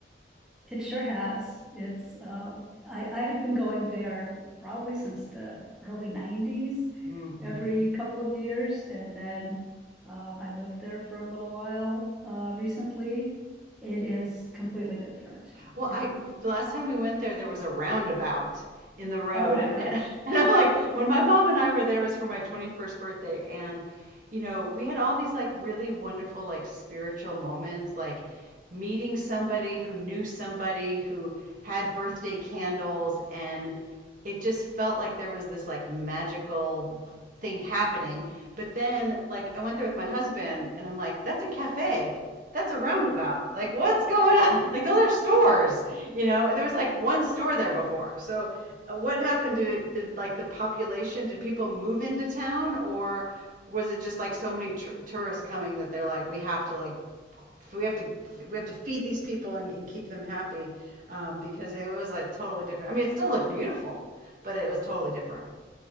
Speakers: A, in the centre; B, on the right.
A: It sure has. It's um, I, I had been going there probably since the early 90s,
B: Mm-hmm.
A: every couple of years. And then uh, I lived there for a little while uh, recently. It is completely different.
B: Well,
A: It-
B: I the last time we went there, there was a roundabout in the road,
A: Oh my
B: and
A: gosh.
B: and, <laughs> and I'm like,
A: <laughs>
B: when my mom and I were there, it was for my 21st birthday, and you know, we had all these like really wonderful like spiritual moments, like meeting somebody who knew somebody who had birthday candles, and it just felt like there was this like magical thing happening. But then, like, I went there with my husband, and I'm like, that's a cafe that's a roundabout. Like, what's going on? <laughs> Like, those are stores. You know, there was like one store there before. So, uh, what happened? to it, like the population? Did people move into town, or was it just like so many tur tourists coming that they're like, we have to like, we have to we have to feed these people and, and keep them happy um, because it was like totally different. I mean, it still looked beautiful, but it was totally different.